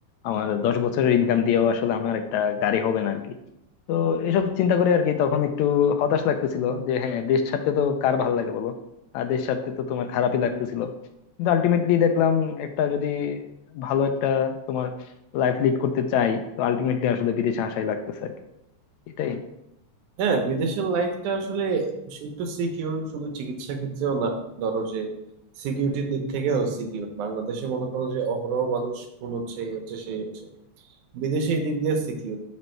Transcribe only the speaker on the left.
আমার দশ বছরের ইনকাম দিয়েও আসলে আমার একটা গাড়ি হবে না আর কি তো এসব চিন্তা করে আর কি তখন একটু হতাশ লাগতেছিল যে হ্যাঁ দেশ ছাড়তে তো কার ভালো লাগে বলো আর দেশ ছাড়তে তো তোমার খারাপই লাগতেছিল কিন্তু আলটিমেটলি দেখলাম একটা যদি ভালো একটা তোমার লাইফ লিড করতে চাই তো আলটিমেটলি আসলে বিদেশে আসাই লাগতেছে আর কি এটাই